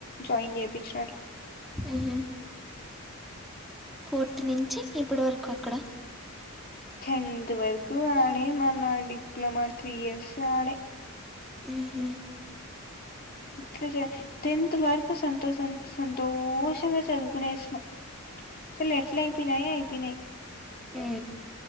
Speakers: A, on the left; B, in the centre.
A: జాయిన్ చేపిచ్చరు
B: మ్ హు కోర్టు నుంచి ఇప్పటి వరకు అక్కడ
A: టెన్త్ వరకు ఆడే మళ్ళా డిప్లొమా త్రీ ఇయర్స్ ఆడే
B: మ్ హు
A: ట్లా టెన్త్ వరకు సంతోషం సంతోషంగా చదువుకునేసిన సలు ఎట్లా అయిపోయినాయె అయిపోయినాయి్
B: హు